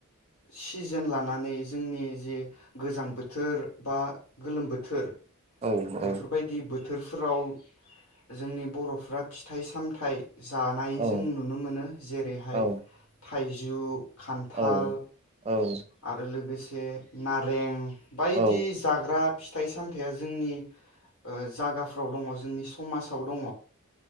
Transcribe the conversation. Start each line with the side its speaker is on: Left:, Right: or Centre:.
Left: सिजोन लानानै जोंनि जि गोजां बोथोर बा गोलोम बोथोर
Right: औ
Left: बेफोरबायदि
Right: औ
Left: बोथोरफोराव जोंनि बर'फ्रा फिथाइ-सामथाइ जानाय
Right: औ
Left: जों नुनो मोनो। जेरैहाय
Right: औ
Left: थाइजौ खान्थाल
Right: औ - औ
Left: आरो लोगोसे नारें बायदि
Right: औ
Left: जाग्रा फि फिथाइ-सामथाइया जोंनि जागाफ्राव दङ जोंनि समाजाव दङ।